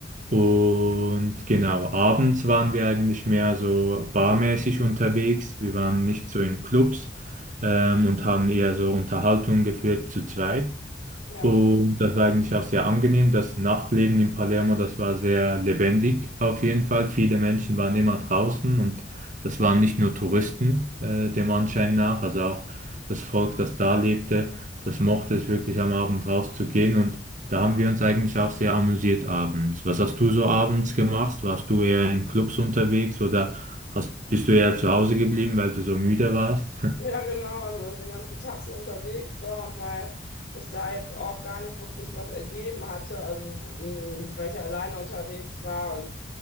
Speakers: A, on the right; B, on the left.
A: Und genau, abends waren wir eigentlich mehr so barmäßig unterwegs. Wir waren nicht so in Clubs ähm, und haben eher so Unterhaltungen geführt zu zweit.
B: Ja,
A: Und das war eigentlich auch sehr angenehm. Das Nachtleben in Palermo, das war sehr lebendig auf jeden Fall. Viele Menschen waren immer draußen und das waren nicht nur Touristen, äh, dem Anschein nach. Also auch das Volk, das da lebte, das mochte es wirklich am Abend rauszugehen. Und da haben wir uns eigentlich auch sehr amüsiert abends. Was hast du so abends gemacht? Warst du eher in Clubs unterwegs oder hast, bist du eher zu Hause geblieben, weil du so müde warst? <laughs>
B: ja, genau. Also den ganzen Tag so unterwegs war und weil sich da jetzt auch gar nicht wirklich was ergeben hatte, also mm, weil ich ja alleine unterwegs war und